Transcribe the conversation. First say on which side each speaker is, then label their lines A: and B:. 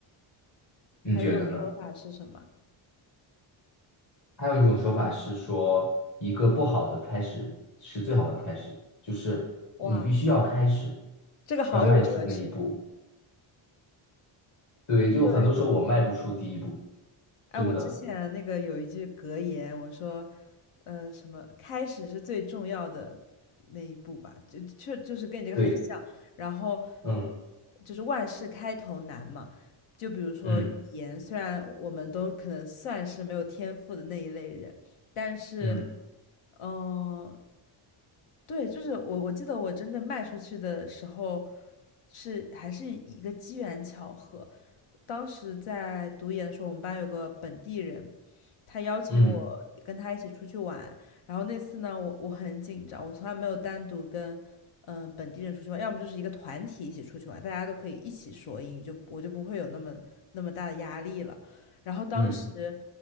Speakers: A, on the left (about 35°); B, on the left (about 80°).
A: 你觉得呢？
B: 还有一种说法是什么？
A: 还有一种说法是说，一个不好的开始是最好的开始，就是你必须要开始，
B: 哇，这个好有哲学。
A: 要迈出那一步。对，就很多时候我迈不出第一步，
B: 对。哎，
A: 真的。
B: 我之前那个有一句格言，我说，呃，什么开始是最重要的那一步吧，就就就是跟你这个很像。
A: 对，
B: 然后
A: 嗯
B: 就是万事开头难嘛，就比如说语言，
A: 嗯
B: 虽然我们都可能算是没有天赋的那一类人，但是
A: 嗯
B: 嗯，对，就是我我记得我真正卖出去的时候是还是一个机缘巧合，当时在读研的时候，我们班有个本地人，他邀请我跟他一起出去玩，
A: 嗯
B: 然后那次呢，我我很紧张，我从来没有单独跟嗯呃本地人出去玩，要么就是一个团体一起出去玩，大家都可以一起说英语，就我就不会有那么那么大的压力了。然后当时，
A: 嗯